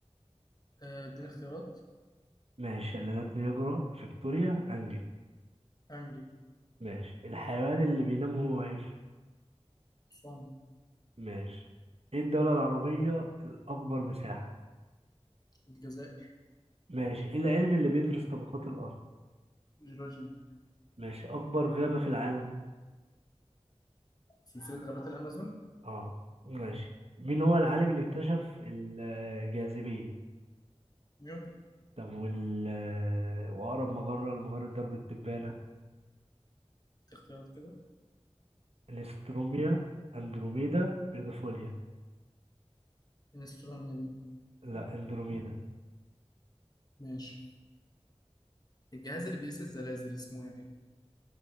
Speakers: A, on the left; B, on the right.
A: آه اديني اختيارات
B: ماشي شلالات نياجرا فيكتوريا أنجل
A: أنجل
B: ماشي الحيوان اللي بينام وهو واقف
A: حصان
B: ماشي ايه الدولة العربية الأكبر مساحة
A: الجزائر
B: ماشي ايه العلم اللي بيدرس طبقات الأرض
A: جورجيا
B: ماشي أكبر غابة في العالم
A: سلسلة غابات الأمازون
B: اه ماشي مين هو العالم اللي اكتشف الجاذبية
A: نيوتن
B: طب وال وأقرب مجرة لمجرة درب التبانة
A: اختيارات كده
B: الاستروميا أندروميدا بيرغفوليا
A: انستروم دي
B: لا أندروميدا
A: ماشي الجهاز اللي بيقيس الزلازل اسمه ايه